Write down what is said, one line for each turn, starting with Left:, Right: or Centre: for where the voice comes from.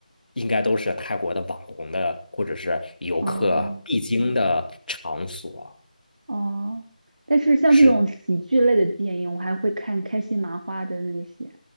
Left: 应该都是泰国的网红的或者是游客必经的场所。
Right: 哦、哦，但是像这种喜剧类的电影，
Left: 是。
Right: 我还会看开心麻花的那些，